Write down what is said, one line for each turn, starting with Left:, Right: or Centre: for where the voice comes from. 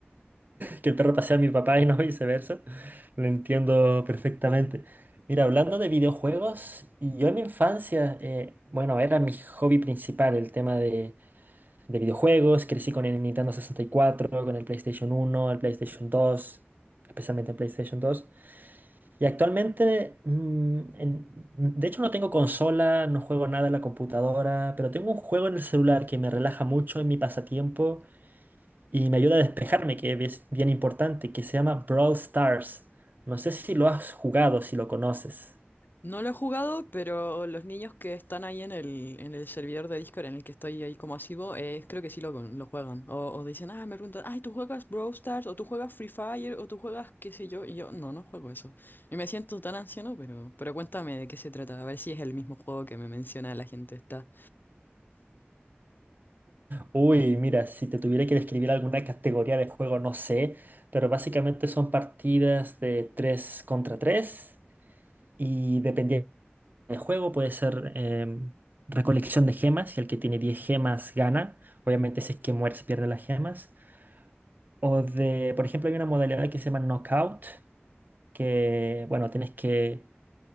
Right: que el perro pasea a mi papá y no <laughs> viceversa. Lo entiendo perfectamente. Mira, hablando de videojuegos, yo en mi infancia, eh, bueno, era mi hobby principal el tema de, de videojuegos. Crecí con el Nintendo sesenta y cuatro, con el PlayStation uno, el PlayStation dos, especialmente el PlayStation dos. Y actualmente, mm, en- de hecho no tengo consola, no juego nada en la computadora, pero tengo un juego en el celular que me relaja mucho en mi pasatiempo y me ayuda a despejarme, que es bien importante, que se llama Brawl Stars. No sé si lo has jugado, si lo conoces.
Left: No lo he jugado, pero los niños que están ahí en el, en el servidor de Discord en el que estoy ahí como asiduo, eh, creo que sí lo, lo juegan. O, o dicen, ah, me preguntan, ay, ¿tú juegas Brawl Stars? ¿O tú juegas Free Fire? ¿O tú juegas qué sé yo? Y yo, no, no juego eso. Y me siento tan anciano, pero, pero cuéntame de qué se trata, a ver si es el mismo juego que me menciona la gente esta.
Right: Uy, mira, si te tuviera que describir alguna categoría de juego, no sé, pero básicamente son partidas de 3 contra 3 y dependiendo El juego puede ser em, recolección de gemas y el que tiene 10 gemas gana. Obviamente si es que mueres pierde las gemas. O de, por ejemplo, hay una modalidad que se llama knockout, que, bueno, tienes que